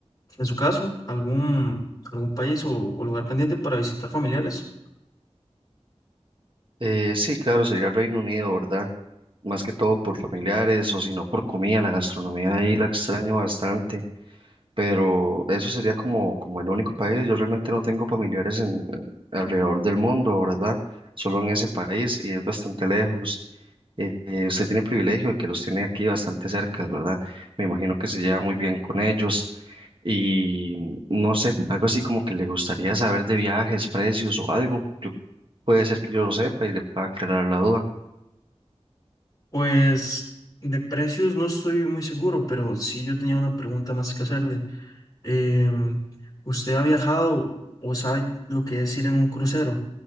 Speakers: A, on the left (about 35°); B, on the right (about 50°).
A: En su caso, ¿algún, algún país o o lugar pendiente para visitar familiares?
B: Eh, sí, claro, sería Reino Unido, ¿verdad? Más que todo por familiares o si no por comida, la gastronomía ahí la extraño bastante. pero eso sería como, como el único país. Yo realmente no tengo familiares en, alrededor del mundo, ¿verdad? Solo en ese país y es bastante lejos. Eh, eh, usted tiene privilegio de que los tiene aquí bastante cerca, ¿verdad? Me imagino que se lleva muy bien con ellos y mm, no sé, algo así como que le gustaría saber de viajes, precios o algo. Yo, puede ser que yo lo sepa y le pueda aclarar la duda.
A: Pues de precios no estoy muy seguro, pero sí yo tenía una pregunta más que hacerle. Em, ¿usted ha viajado o sabe lo que es ir en un crucero?